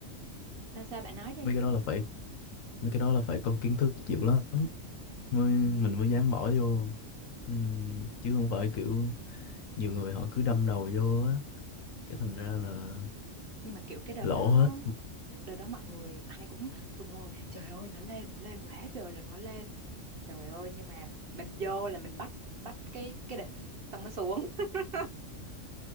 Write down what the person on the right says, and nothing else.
sao sao bạn nói đi
Ừm,
à, nhưng mà kiểu cái đợt
đó
đợt đó mọi người ai cũng tung hô là trời ơi nó lên nó lên quá trời là nó lên trời ơi nhưng mà mình vô là mình bắt bắt cái cái đỉnh xong nó xuống <laughs>